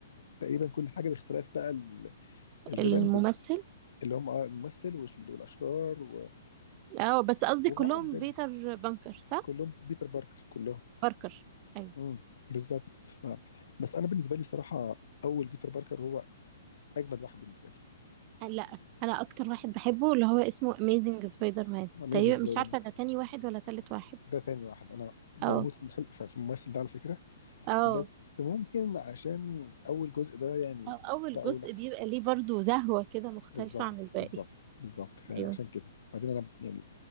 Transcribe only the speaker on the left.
تقريبا كل حاجه باختلاف بقى ال- الفيلنز
اللي هم اه الممثل وال- والاشرار و-
وبعض
ال-
كلهم بيتر باركر كلهم
امم بالظبط ف- بس انا بالنسبه لي صراحه اول بيتر باركر هو اجمد واحد بالنسبه لي
اميزنج
سبايدر
مان
ده تاني واحد انا بموت
في المسل- في الممثل ده على فكره
بس ممكن عشان اول جزء ده يعني
ده اول
أح-
بالظبط
بالظبط بالظبط فعشان
كده بعدين انا يعني